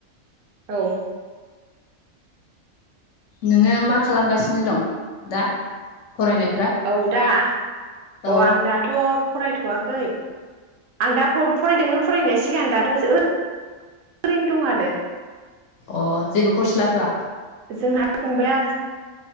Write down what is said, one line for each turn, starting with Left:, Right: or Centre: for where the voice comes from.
Right: औ
Left: नोङो मा खालामगासिनो दं दा फरायनायफ्रा
Right: औ दा
Left: औ
Right: अ आं दाथ' फरायथ'वाखै आं दा फ फरायदोंमोन फरायनाय सिगां दाथ' ओरैनो दं आरो
Left: अ जेबो खर्स लाथ'वा
Right: जोंहा फंबाया